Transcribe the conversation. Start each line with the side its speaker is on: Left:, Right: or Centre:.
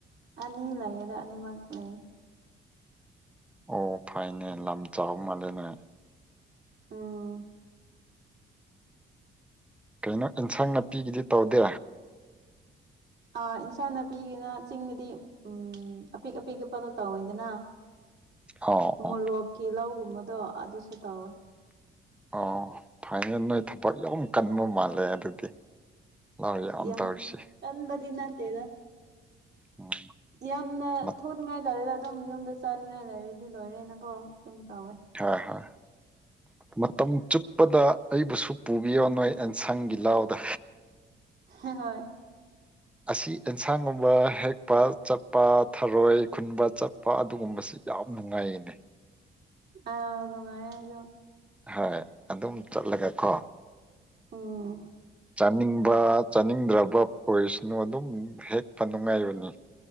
Right: ꯑꯅꯤ ꯂꯩꯌꯦꯗ ꯑꯅꯤꯃꯛ ꯂꯩ
Centre: ꯑꯣ ꯐꯩꯅꯦ ꯂꯝ ꯆꯥꯎꯕ ꯃꯥꯜꯂꯦꯅꯦ
Right: ꯎꯝ
Centre: ꯀꯩꯅꯣ ꯏꯟꯁꯪ ꯅꯥꯄꯤꯒꯤꯗꯤ ꯇꯧꯗꯦ
Right: ꯑꯥ ꯏꯟꯁꯥꯡ ꯅꯥꯄꯤꯒꯤꯅ ꯆꯤꯡꯗꯗꯤ ꯎꯝ ꯑꯄꯤꯛ ꯑꯄꯤꯛ ꯄꯗꯣ ꯇꯧꯋꯦꯗꯅ
Centre: ꯑꯥꯎ ꯑꯥꯎ
Right: ꯃꯣꯔꯣꯛꯀꯤ ꯂꯧꯒꯨꯝꯕꯗꯣ ꯑꯗꯨꯁꯨ ꯇꯧꯋꯦ
Centre: ꯑꯣ ꯐꯥꯏꯅꯦꯜ ꯅꯣꯢ ꯊꯕꯛ ꯌꯥꯝ ꯀꯟꯕ ꯃꯥꯜꯂꯦ ꯑꯗꯨꯗꯤ ꯂꯧ
Right: ꯌꯥꯝ
Centre: ꯇꯧꯔꯤꯁꯤ
Right: ꯇꯟꯕꯗꯤ ꯅꯠꯇꯦꯗ
Centre: ꯎꯝ
Right: ꯌꯥꯝꯅ
Centre: ꯃꯠ
Right: ꯊꯣꯛꯅꯤꯡꯉꯥꯢ ꯇꯥꯜꯂꯥ ꯑꯗꯨꯝ ꯌꯨꯝꯗ ꯆꯥꯅꯤꯡꯉꯥꯢ ꯂꯩꯔꯗꯤ ꯂꯣꯢꯔꯦꯅꯀꯣ ꯑꯗꯨꯝ ꯇꯧꯋꯦ
Centre: ꯍꯣꯢ ꯍꯣꯢ ꯃꯇꯝ ꯆꯨꯞꯄꯗ ꯑꯩꯕꯨꯁꯨ ꯄꯨꯕꯤꯌꯣ ꯅꯣꯢ ꯑꯦꯟꯁꯥꯡꯒꯤ ꯂꯧꯗꯥ
Right: ꯍꯣꯢ
Centre: ꯑꯁꯤ ꯑꯦꯟꯁꯥꯡꯒꯨꯝꯕ ꯍꯦꯛ ꯄꯥꯜ ꯆꯠꯄ ꯊꯔꯣꯢ ꯈꯨꯟꯕ ꯆꯠꯄ ꯑꯗꯨꯒꯨꯝꯕꯁꯤ ꯌꯥꯝ ꯅꯨꯡꯉꯥꯢꯌꯦꯅꯦ
Right: ꯑꯧ ꯅꯨꯡꯉꯥꯢꯌꯦ ꯑꯩꯁꯨ
Centre: ꯍꯣꯢ ꯑꯗꯨꯝ ꯆꯠꯂꯒ ꯀꯣ
Right: ꯎꯝ
Centre: ꯆꯥꯅꯤꯡꯕ ꯆꯥꯅꯤꯡꯗ꯭ꯔꯥꯕ ꯑꯣꯢꯁꯅꯨ ꯑꯗꯨꯝ ꯍꯦꯛꯄ ꯅꯨꯡꯉꯥꯢꯕꯅꯤ